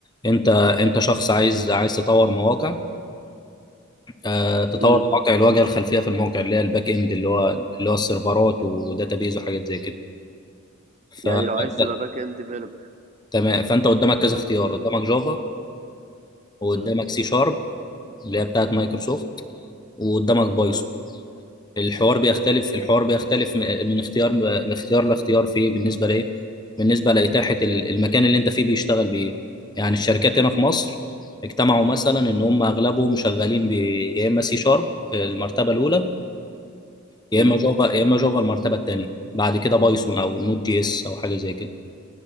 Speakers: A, on the left (about 20°); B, on the right (about 35°).
A: انت انت شخص عايز عايز تطور مواقع آه تطور
B: امم
A: مواقع الواجهه الخلفيه في المواقع اللي هي الباك اند اللي هو اللي هو السيرفرات وداتابيز وحاجات زي كده فانت
B: يعني لو عايز تبقى باك اند ديفلوبر
A: تمام فانت قدامك كذا اختيار
B: امم
A: قدامك جافا وقدامك
B: امم
A: سي شارب اللي هي بتاعت مايكروسوفت وقدامك بايثون
B: امم
A: الحوار بيختلف الحوار بيختلف م- من اختيار من اختيار لاختيار في بالنسبه لايه بالنسبه لاتاحه ال- المكان اللي انت فيه بيشتغل بايه يعني الشركات هنا في مصر اجتمعوا مثلا ان هم اغلبهم شغالين ب يا اما سي شارب المرتبه الاولى يا
B: امم
A: اما جافا يا اما جافا المرتبه الثانيه بعد كده بايثون او نود جي اس او حاجه زي كده